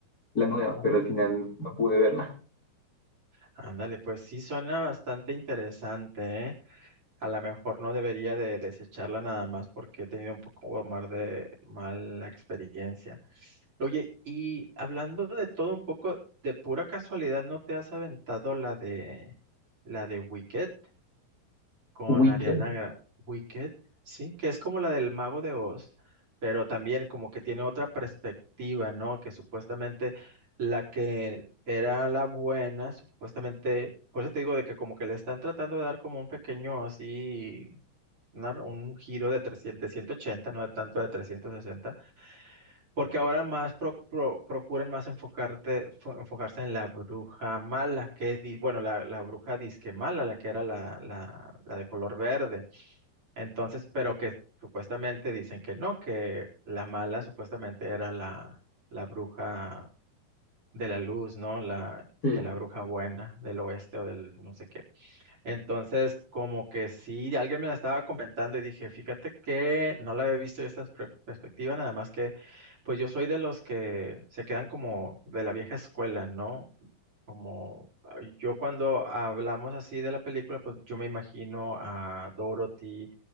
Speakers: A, on the left; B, on the right.
A: la nueva,
B: Oh,
A: pero al final
B: ok.
A: no pude verla.
B: Ándale, pues sí suena bastante interesante, ¿eh? a lo mejor no debería de desecharla nada más porque he tenido un poco más de mala experiencia. Oye, y hablando de todo un poco, de pura casualidad, ¿no te has aventado la de la de Wicked? con
A: Wicked.
B: Ariana Gra- Wicked, sí, que es como la del Mago de Oz, pero también como que tiene otra perspectiva, ¿no? Que supuestamente la que era la buena, supuestamente, por eso te digo de que como que le están tratando de dar como un pequeño así, una- un giro de 300, de 180, no de tanto de 360. Porque ahora más pro- pro- procuran más enfocarte, fo- enfocarse en la bruja mala, que di- bueno, la, la bruja disque mala, la que era la, la, la de color verde. Entonces, pero que supuestamente dicen que no, que la mala supuestamente era la, la bruja de la luz, ¿no? La,
A: Sí,
B: que la bruja buena del oeste o del no sé qué. Entonces, como que sí, alguien me la estaba comentando y dije, fíjate que no la había visto yo esta pre- perspectiva, nada más que, pues yo soy de los que se quedan como de la vieja escuela, ¿no? Como ah, yo cuando hablamos así de la película, pues yo me imagino a Dorothy,